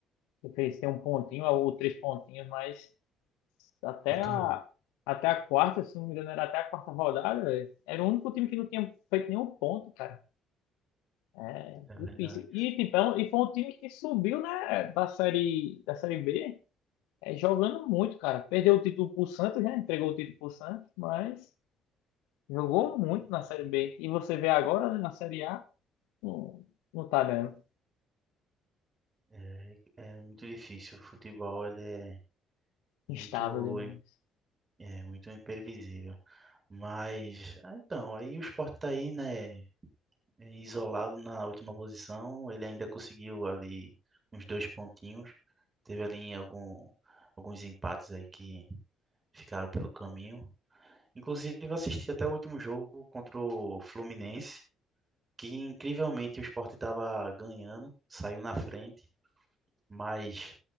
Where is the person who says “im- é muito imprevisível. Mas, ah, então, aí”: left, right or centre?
Right